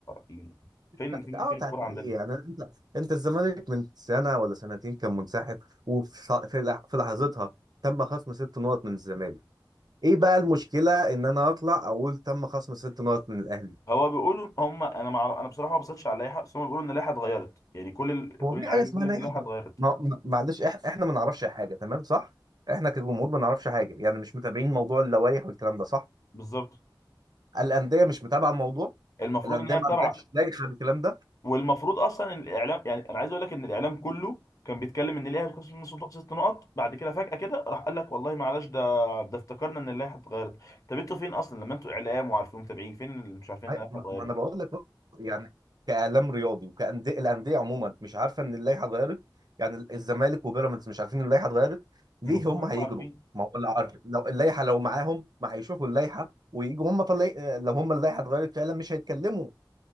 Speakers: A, on the left; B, on the right.
A: يعني فين
B: لا
A: فين
B: اه
A: فين
B: تعديل
A: الكوره عندنا
B: ايه يعني انت انت الزمالك من سنه ولا سنتين كان منسحب وفي ص- في لح- في لحظتها تم خصم ست نقط من الزمالك ايه بقى المشكله ان انا اطلع اقول تم خصم ست نقط من الاهلي
A: هو بيقولوا هم انا مع... انا بصراحه ما بصيتش على اللائحه بس هم بيقولوا ان اللائحه اتغيرت يعني كل ال...
B: هو
A: كل
B: في
A: الاعلاميين
B: حاجه اسمها
A: بيقول لك
B: لا
A: اللائحه
B: يحضر
A: اتغيرت
B: ما ما- معلش إح- احنا ما نعرفش حاجه تمام صح احنا كجمهور ما نعرفش حاجه يعني مش متابعين موضوع اللوائح والكلام ده صح
A: بالظبط
B: الانديه مش متابعه الموضوع
A: المفروض
B: الانديه
A: ان هي
B: ما
A: متابعه
B: عندهاش لائحه بالكلام ده
A: والمفروض اصلا ان الاعلام يعني انا عايز اقول لك ان الاعلام كله كان بيتكلم ان الاهلي هيتخصم منه ست ست نقط بعد كده فجأة كده راح قال لك والله معلش ده ده افتكرنا ان اللائحه اتغيرت طب انتوا فين اصلا لما انتوا اعلام وعارفين متابعين فين اللي مش عارفين ان
B: أي-
A: اللائحه
B: ما
A: اتغيرت
B: ما انا بقول لك أهو، يعني كاعلام رياضي وكانديه الانديه عموما مش عارفه ان اللائحه اتغيرت يعني ال- الزمالك وبيراميدز مش عارفين ان اللائحه اتغيرت ليه
A: المفروض
B: هم
A: انهم
B: هيجروا
A: عارفين
B: ما هو اللي عارف لو اللائحه لو معاهم ما هيشوفوا اللائحه ويجوا هم طلع لو هم اللائحه اتغيرت فعلا مش هيتكلموا